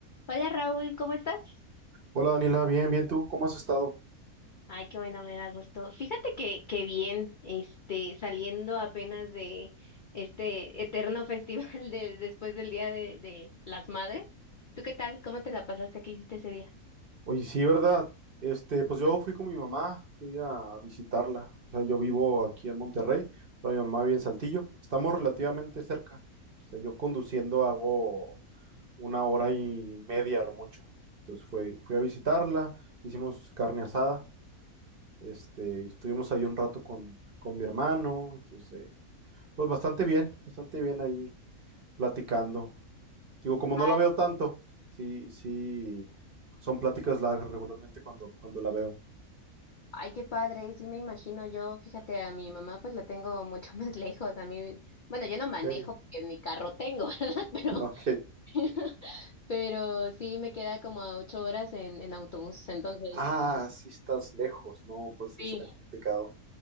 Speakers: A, on the left; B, on the right.
A: Hola Raúl, ¿cómo estás?
B: Hola Daniela, bien, bien tú, ¿cómo has estado?
A: Ay, qué bueno, me da gusto. Fíjate que, que bien, este, saliendo apenas de este eterno <laughs> festival de, después del Día de, de las Madres. ¿Tú qué tal? ¿Cómo te la pasaste? ¿Qué hiciste ese día?
B: Oye, sí, ¿verdad? Este, pues yo fui con mi mamá, fui a visitarla. O sea, yo vivo aquí en Monterrey, pero mi mamá vive en Saltillo. Estamos relativamente cerca. O sea, yo conduciendo hago una hora y media a lo mucho. Entonces fui, fui a visitarla, hicimos carne asada, este, estuvimos ahí un rato con, con mi hermano, entonces, eh, pues bastante bien, bastante bien ahí platicando. Digo, como no
A: Ay,
B: la veo tanto, sí, sí, son pláticas largas regularmente cuando, cuando la veo.
A: ay, qué padre, sí me imagino yo, fíjate, a mi mamá pues la tengo mucho <laughs> más lejos, a mí, bueno, yo no manejo
B: ¿En serio?
A: porque ni carro tengo, <laughs> ¿verdad? Pero,
B: Ok.
A: <laughs> pero sí me queda como a ocho horas en, en autobús, entonces,
B: Ah, sí estás lejos. No, pues sí
A: sí,
B: está complicado.